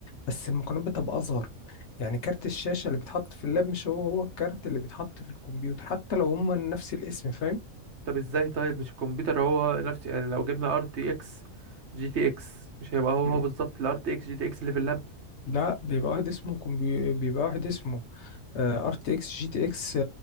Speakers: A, on the left (about 60°); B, on the right (about 60°).
A: بس المكونات بتبقى اصغر يعني كارت الشاشة اللي بيتحط في اللاب مش هو هو الكارت اللي بيتحط في الكمبيوتر حتى لو هما نفس الاسم فاهم
B: طب ازاي طيب مش الكمبيوتر هو نفس يعني لو جبنا ار تي اكس جي تي اكس مش هيبقى هو
A: مم.
B: هو بالظبط الار تي اكس جي تي اكس اللي في اللاب
A: لا بيبقى واحد اسمه كمبي... بيبقى واحد اسمه ار تي اكس جي تي اكس